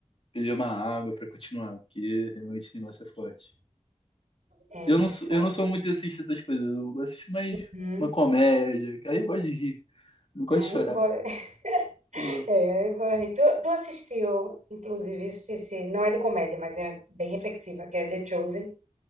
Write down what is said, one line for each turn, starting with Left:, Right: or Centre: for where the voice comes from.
Left: beber uma água pra continuar, porque realmente o negócio é forte.
Right: É
Left: Eu
Right: muito
Left: não sou,
Right: forte.
Left: eu não sou muito de assistir essas coisas, eu assisto mais
Right: Hum.
Left: uma comédia, que aí eu gosto de rir, não gosto
Right: Aí,
Left: de chorar.
Right: bora. <laughs>
Left: Eu-
Right: É, bora rir. Tu, tu assistiu, inclusive, isso esse- não é de comédia, mas é bem reflexiva, que é The Chosen.